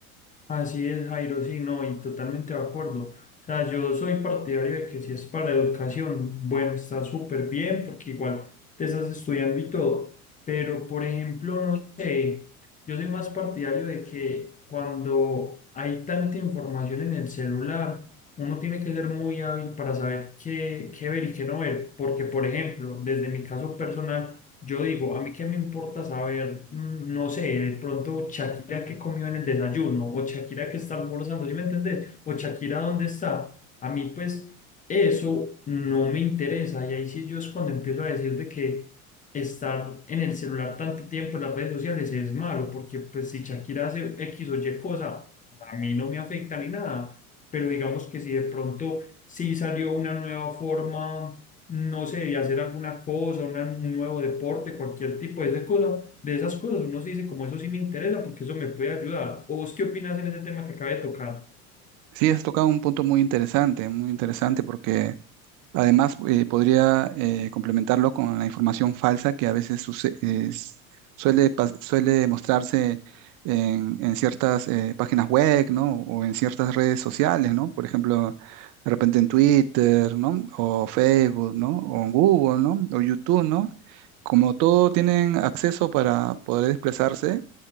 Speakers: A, on the left; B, on the right.
A: Así es, Jairo, sí, no, y totalmente de acuerdo. O sea, yo soy partidario de que si es para educación, bueno, está súper bien, porque igual te estás estudiando y todo. Pero, por ejemplo, no sé, yo soy más partidario de que cuando hay tanta información en el celular, uno tiene que ser muy hábil para saber qué, qué ver y qué no ver. Porque, por ejemplo, desde mi caso personal, yo digo, a mí qué me importa saber, mm, no sé, de pronto Shakira qué comió en el desayuno, o Shakira qué está almorzando, ¿sí me entendés? O Shakira dónde está. A mí, pues, eso no me interesa. Y ahí sí yo es cuando empiezo a decir de que estar en el celular tanto tiempo en las redes sociales es malo, porque pues si Shakira hace X o Y cosa, a mí no me afecta ni nada. Pero digamos que si de pronto sí salió una nueva forma no sé, y hacer alguna cosa, una- un nuevo deporte, cualquier tipo de, esa cosa, de esas cosas, uno se dice como eso sí me interesa porque eso me puede ayudar. ¿O vos qué opinas en ese tema que acabé de tocar?
B: Sí, has tocado un punto muy interesante, muy interesante porque Además, eh, podría eh, complementarlo con la información falsa que a veces suce- es- suele, pas- suele mostrarse en, en ciertas eh, páginas web, ¿no? O en ciertas redes sociales, ¿no? Por ejemplo, de repente en Twitter, ¿no? O Facebook, ¿no? O en Google, ¿no? O YouTube, ¿no? Como todo tienen acceso para poder expresarse,